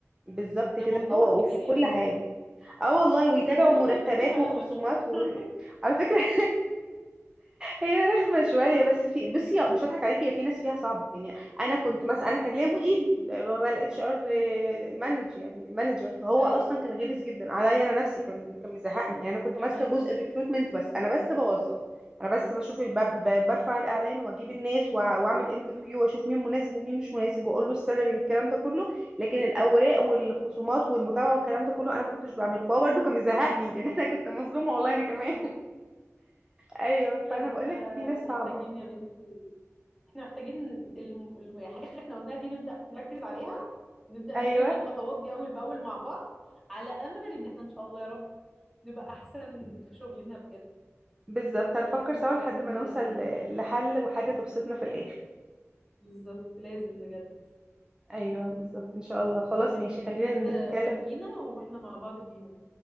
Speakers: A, on the right; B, in the centre.
A: بالظبط
B: ده
A: كده
B: موضوع
A: هو
B: كبير
A: وفي
B: يا
A: كل
B: بنتي
A: حاجه اه والله ويتابعوا
B: طب ما انتوا
A: مرتبات
B: وظيفتكم فعلا
A: وخصومات
B: وحشه
A: وعلى
B: <laughs>
A: فكرة <laughs> هي رخمة شوية بس في بصي آه، مش هضحك عليكي هي في ناس فيها صعبة يعني أنا كنت مثلا أنا كان ليا مديري اللي هو الاتش ار
B: مم.
A: مانجر يعني مانجر فهو
B: ايوه
A: أصلا كان غلس جدا عليا أنا نفسي كان كان مزهقني يعني أنا كنت ماسكة
B: كمان
A: جزء الريكروتمنت بس أنا بس بوظف أنا بس بشوف ب- ب- برفع الإعلان وأجيب الناس وأع- وأعمل انترفيو وأشوف مين مناسب ومين مش مناسب وأقول له السالري والكلام ده كله لكن الأوراق والخصومات والمتابعة والكلام ده كله أنا ما كنتش بعمله فهو برده كان مزهقني يعني <laughs> أنا كنت مظلومة والله أنا كمان
B: امم
A: <laughs> أيوه
B: لا
A: فأنا
B: ده احنا
A: بقول لك في ناس
B: محتاجين
A: صعبة
B: يا بنتي احنا محتاجين الم- الم- الحاجات اللي احنا قلناها دي نبدأ نركز عليها ونبدأ
A: ايوه
B: نشارك الخطوات دي أول بأول مع بعض على أمل إن احنا إن شاء الله يا رب نبقى أحسن في شغلنا بجد
A: بالظبط
B: يعني نبدأ
A: هنفكر
B: نركز
A: سوا
B: مع
A: لحد
B: بعض في
A: ما
B: النقطة
A: نوصل
B: دي
A: ل- لحل وحاجة تبسطنا في الاخر
B: بالظبط لازم بجد
A: ايوه بالظبط ان شاء الله خلاص
B: يعني
A: ماشي
B: خلينا
A: خلينا
B: كده
A: نتكلم
B: شاركينا واحنا مع بعض فيهم